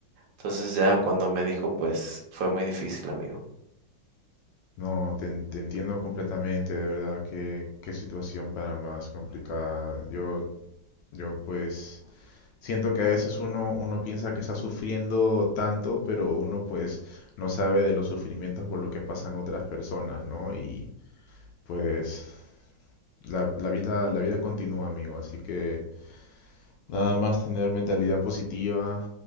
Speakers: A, on the right; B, on the left.
A: Entonces ya cuando me dijo, pues fue muy difícil, amigo.
B: No, te, en- te entiendo completamente, de verdad, qué, qué situación para más complicada. Yo, yo pues siento que a veces uno, uno piensa que está sufriendo tanto, pero uno pues no sabe de los sufrimientos por lo que pasan otras personas, ¿no? Y pues la, la vida, la vida continúa, amigo, así que nada más tener mentalidad positiva,